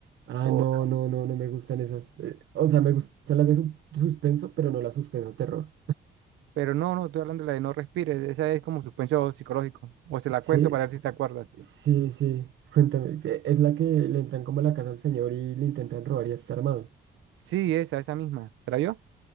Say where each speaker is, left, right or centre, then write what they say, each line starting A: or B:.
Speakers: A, on the right; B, on the right.
A: Ah,
B: o,
A: no, no, no, no me gustan esas. eh, o sea, me gustan las de su- suspenso, pero no las suspenso terror.
B: pero no, no, estoy hablando de la de No respires. Esa es como suspenso psicológico. O se la
A: Sí,
B: cuento para ver si te acuerdas.
A: sí, sí. Cuéntame. ¿e- ¿Es la que le entran como a la casa al señor y le intentan robar y está armado?
B: Sí, esa, esa misma. ¿Era yo?